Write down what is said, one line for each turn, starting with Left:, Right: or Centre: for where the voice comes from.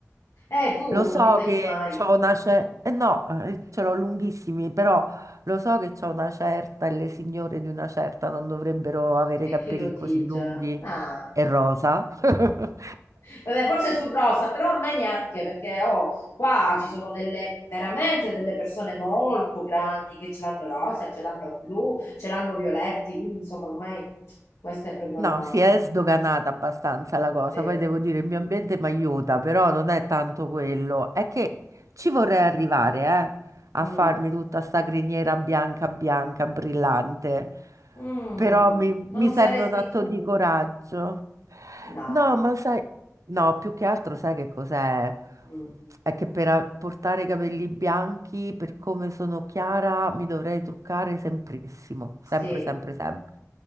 Left: Eh, tu
Right: Lo so
Left: non li tagli
Right: che
Left: mai.
Right: c'ho una certa, eh no, eh, ce l'ho lunghissimi, però lo so che c'ho una certa e le signore di una certa non dovrebbero avere
Left: E
Right: i capelli
Left: chi lo dice?
Right: così lunghi
Left: Ah.
Right: e rosa. <laughs>
Left: Vabbè, forse sul rosa, però ormai neanche perché oh, qua ci sono delle veramente delle persone molto grandi che ce l'hanno rosa, ce l'hanno blu, ce l'hanno violetti, quindi insomma ormai questa è proprio una...
Right: No, si è sdoganata abbastanza la cosa,
Left: Sì.
Right: poi devo dire il mio ambiente mi aiuta, però non è tanto quello, è che ci vorrei arrivare, eh. a
Left: Mm.
Right: farmi tutta sta criniera bianca, bianca, brillante.
Left: Mm.
Right: Però mi, mi
Left: Non
Right: serve
Left: saresti
Right: un atto
Left: tu?
Right: di coraggio.
Left: No.
Right: No, ma sai, no, più che altro sai che cos'è?
Left: Mm.
Right: È che per a- portare i capelli bianchi, per come sono chiara, mi dovrei truccare semprissimo,
Left: Sì.
Right: sempre, sempre, sempre.